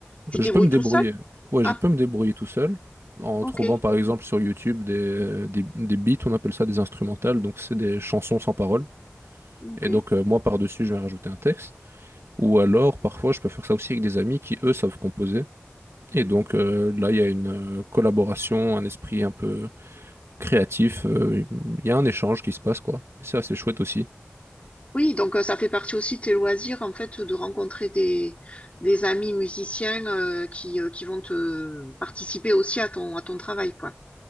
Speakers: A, on the left; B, on the right.
A: tu te
B: Euh, Je
A: débrouilles
B: peux me
A: tout
B: débrouiller.
A: seul?
B: Ouais,
A: Ah,
B: je peux me débrouiller tout seul en
A: ok,
B: trouvant par exemple sur YouTube des, des, des beats, on appelle ça des instrumentales, donc c'est des chansons sans paroles.
A: ok.
B: Et donc, euh, moi, par-dessus, je vais rajouter un texte. Ou alors, parfois, je peux faire ça aussi avec des amis qui, eux, savent composer. Et donc, euh, là, il y a une euh, collaboration, un esprit un peu créatif. euh, Il y a un échange qui se passe, quoi. Et c'est assez chouette aussi.
A: Oui, donc euh, ça fait partie aussi de tes loisirs, en fait, de rencontrer des, des amis musiciens euh, qui, euh, qui vont te participer aussi à ton, à ton travail, quoi.